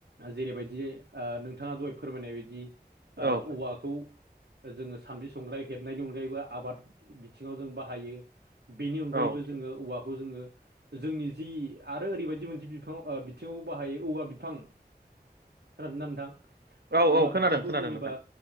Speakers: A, on the right (about 85°); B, on the right (about 70°).
A: जेरैबायदि ओ नोंथाङा दहाय फोरमायनाय बायदि
B: औ
A: ओ औवाखौ जोङो सान्द्रिं संग्राय हेबनायनि अनगायैबो आबाद बिथिङाव जों बाहायो बेनि अनगायैबो
B: औ
A: जोङो औवाखौ खौ जोङो जोंनि जि आरो ओरैबायदि मोनसे बिफां बिथिङाव बाहायो औवा बिफां खोनादोंना नोंथां?
B: औ
A: औवा
B: औ खोनादों
A: बिफांखौ
B: खोनादों
A: जेनेबा
B: नोंथां